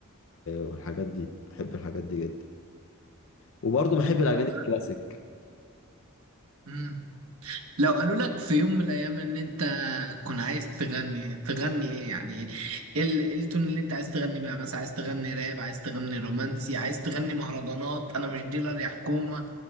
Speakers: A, on the left; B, on the right.
A: والحاجات دي بحب الحاجات دي جدا وبرضه بحب الاغاني
B: لو
A: الكلاسيك
B: مم. لو قالوا لك في يوم من الايام ان انت كنت عايز تغني تغني ايه يعني ايه ال- إيه التون اللي انت عايز تغني بقى مثلا عايز تغني راب عايز تغني رومانسي عايز تغني مهرجانات انا مش ديلر يا حكومة